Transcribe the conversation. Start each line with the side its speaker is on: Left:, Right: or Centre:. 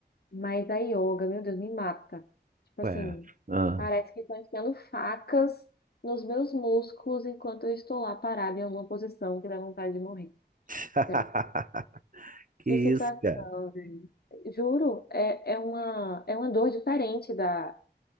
Left: Mas a yoga, meu Deus, me mata. Tipo assim,
Right: ué. Ah.
Left: parece que estão enfiando facas nos meus músculos enquanto eu estou lá parada em alguma posição que dá vontade de morrer.
Right: <laughs>
Left: Sério.
Right: Que
Left: Que
Right: isso,
Left: situação,
Right: cara?
Left: velho. Juro, é, é uma, é uma dor diferente da,